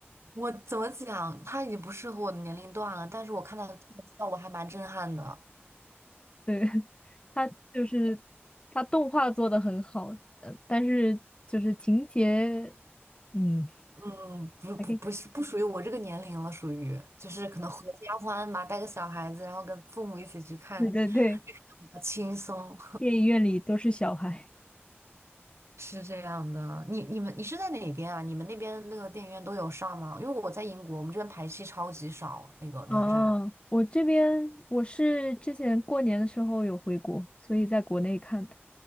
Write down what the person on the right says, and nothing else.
我怎么讲，它已经不适合我的年龄段了，但是我看它的特效，我还蛮震撼的。
嗯，不不不是不属于我这个年龄了，
属于就是可能合家欢嘛，带个小孩子，然后跟父母一起去看，
就看得比较轻松。
是这样的，你你们你是在哪边啊？你们那边那个电影院都有上吗？因为我在英国，我们这边排戏超级少，那个哪吒。